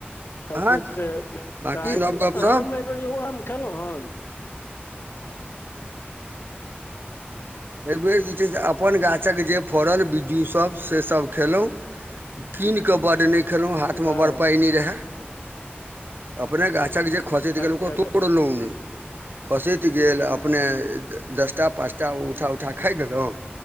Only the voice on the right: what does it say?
आँय
बाँकी
नव गपशप
एहि बेर जे छै से। अपन गाछक जे फड़ल बिीज्जू सब से सब खेलहुॅं कीन के बड न। खेलहुँ हाथमे
बड़ पाइ नहि रहै। अपने गाछक जे खोसैत
गेल ओकरो
तोड़लहुँ नहि खोसैत गेल अप। अपने दसटा पाँचटा उठा उठा खाइ गेलहुँ।